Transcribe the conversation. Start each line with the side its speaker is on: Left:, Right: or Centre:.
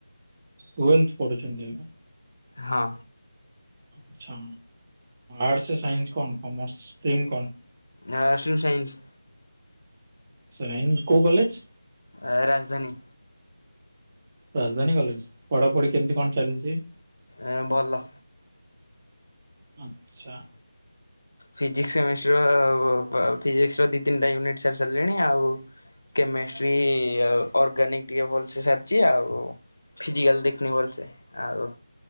Right: ଟୁଏଲ୍ର୍ଥ ପଢୁଛନ୍ତି ଏବେ।
Left: ହଁ।
Right: ଆଚ୍ଛା ଆର୍ଟସ, ସାଇନ୍ସ, କଣ କମର୍ସ ଷ୍ଟ୍ରିମ୍ କଣ?
Left: ନା ଆର୍ଟ୍ସଉ ସାଇନ୍ସ।
Right: ସୁନାଇନି କଉ କଲେଜ?
Left: ଆ ରାଜଧାନୀ।
Right: ରାଜଧାନୀ କଲେଜ ପଢାପଢି କେମିତି କଣ ଚାଲିଛି?
Left: ଆ ଭଲ।
Right: ଆଚ୍ଛା।
Left: ଫିଜିକସ କେମିଷ୍ଟିର ର ଫିଜିକ୍ସର ଦି ତିନିଟା ୟୁନିଟ୍ ସାର ସାରିଲିଣି ଆଉ କେମେଷ୍ଟ୍ରି ଆଉ ଅର୍ଗାନିକ ଟିକେ ଭଲ ସାରଛି ଫିଉିଜିକାଲ <unintelligible> ହଲ୍ ସେ। ଆଉ